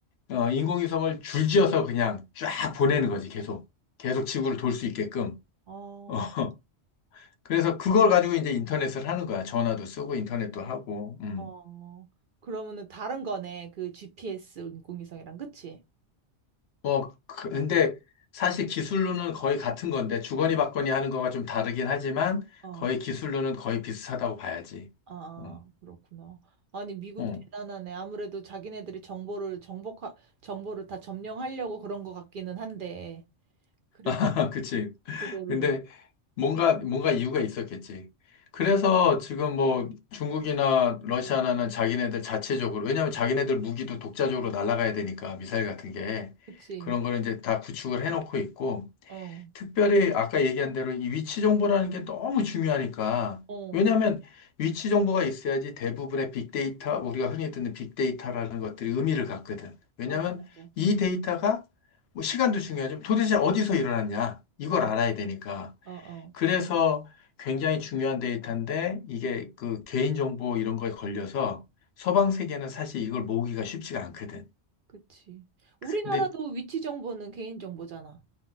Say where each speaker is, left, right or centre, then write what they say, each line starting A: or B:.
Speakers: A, on the left (about 70°); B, on the right (about 60°).
A: 어, 인공위성을 줄지어서 그냥 쫙 보내는 거지, 계속. 계속 지구를 돌 수 있게끔.
B: 어,
A: 어, 그래서 그걸 가지고 이제 인터넷을 하는 거야. 전화도 쓰고 인터넷도 하고. 음.
B: 어. 그러면은 다른 거네. 그 GPS 인공위성이랑, 그치?
A: 뭐, 그- 근데 사실 기술로는 거의 같은 건데, 주거니 받거니 하는 거가 좀 다르긴 하지만,
B: 어,
A: 거의 기술로는 거의 비슷하다고 봐야지.
B: 아,
A: 어,
B: 그렇구나. 아니, 미국
A: 어,
B: 대단하네. 아무래도 자기네들이 정보를 정복하, 정보를 다 점령하려고 그런 것 같기는 한데, 그래도
A: <laughs> 그치.
B: 그거를,
A: 근데 뭔가, 뭔가 이유가 있었겠지. 그래서
B: 이- 이-
A: 지금 뭐 중국이나 러시아나는 자기네들 자체적으로, 왜냐면 자기네들 무기도 독자적으로 날아가야 되니까, 미사일 같은 게.
B: 그치?
A: 그런 거를 이제 다 구축을 해놓고 있고,
B: 어,
A: 특별히 아까 얘기한 대로 이 위치 정보라는 게 너무 중요하니까.
B: 어,
A: 왜냐하면 위치 정보가 있어야지 대부분의 빅데이터, 우리가 흔히 듣는 빅데이터라는 것들이 의미를 갖거든. 왜냐하면
B: 맞아, 맞아.
A: 이 데이터가 뭐 시간도 중요하지만 도대체 어디서 일어났냐? 이걸
B: 어,
A: 알아야 되니까.
B: 어, 어.
A: 그래서 굉장히 중요한 데이터인데 이게 그 개인정보 이런 거에 걸려서 서방 세계는 사실 이걸 모으기가 쉽지가 않거든.
B: 그치. 우리나라도
A: 근데
B: 위치 정보는 개인 정보잖아.